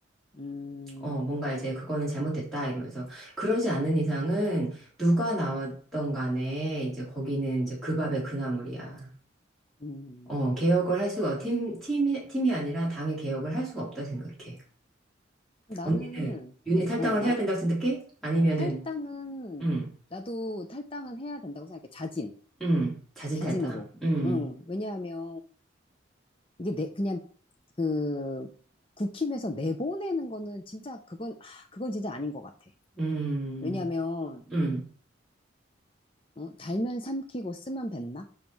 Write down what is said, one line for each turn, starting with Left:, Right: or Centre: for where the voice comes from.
Left: 음,
Centre: 어, 뭔가 이제 그거는 잘못됐다 이러면서 그러지 않는 이상은 누가 나왔던 간에 이제 거기는 이제 그 밥에 그 나물이야.
Left: 음.
Centre: 어, 개혁을 할 수가 팀 팀이 팀이 아니라 당의 개혁을 할 수가 없다 생각해.
Left: 나는,
Centre: 언니는 윤희 탈당을
Left: 어, 나,
Centre: 해야 된다고 생각해? 아니면은,
Left: 탈당은,
Centre: 음,
Left: 나도 탈당은 해야 된다고 생각해. 자진.
Centre: 음, 자진
Left: 자진으로.
Centre: 탈당, 음,
Left: 응. 왜냐하면, 이게 내, 그냥, 그, 국힘에서 내보내는 거는 진짜, 그건, 아, 그건 진짜 아닌 것 같아.
Centre: 음,
Left: 왜냐하면,
Centre: 음,
Left: 어, 달면 삼키고 쓰면 뱉나?